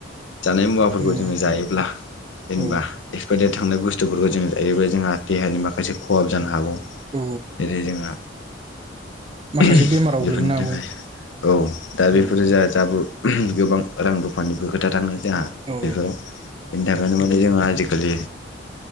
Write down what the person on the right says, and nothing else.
औ
औ
औ
माखासे
बेमाराव गोलैनो
हागौ
औ